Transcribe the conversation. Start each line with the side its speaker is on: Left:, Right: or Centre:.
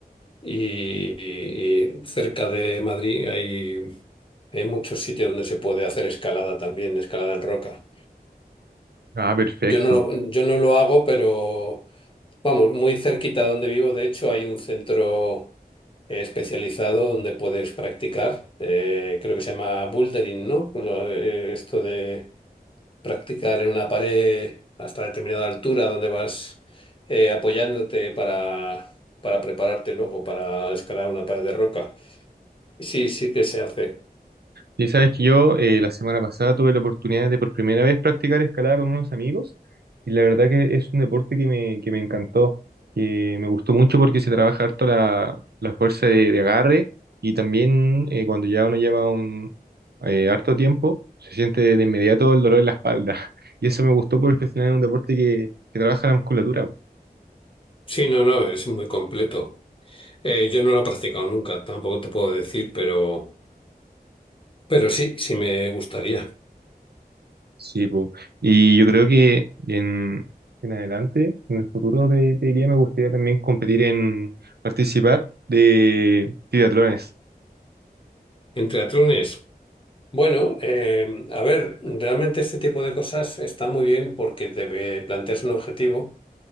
Left: y, y- cerca de Madrid hay, hay muchos sitios donde se puede hacer escalada también, escalada en roca.
Right: Ah, perfecto.
Left: Yo no, lo- yo no lo hago, pero... Vamos, muy cerquita donde vivo, de hecho, hay un centro eh, especializado donde puedes practicar. eh, creo que se llama bouldering, ¿no? Lo- eh, esto de practicar en una pared hasta determinada altura donde vas eh, apoyándote para, para prepararte luego para escalar una pared de roca. Sí, sí que se hace.
Right: Y sabes que yo eh, la semana pasada tuve la oportunidad de por primera vez practicar escalada con unos amigos y la verdad que es un deporte que me, que me encantó, que me gustó mucho porque se trabaja harto la, la fuerza de, de agarre y también eh, cuando ya uno lleva un eh, harto tiempo se siente de inmediato el dolor en la espalda <laughs> y eso me gustó porque al final es un deporte que, que trabaja la musculatura.
Left: Sí, no, no, es muy completo. Eh, yo no lo he practicado nunca, tampoco te puedo decir, pero, pero sí, sí me gustaría.
Right: Sí, po. Y yo creo que en, en adelante, en el futuro, te, te diría, me gustaría también competir en participar de triatlones.
Left: ¿En triatlones? Bueno, eh, a ver, realmente este tipo de cosas está muy bien porque debe plantearse un objetivo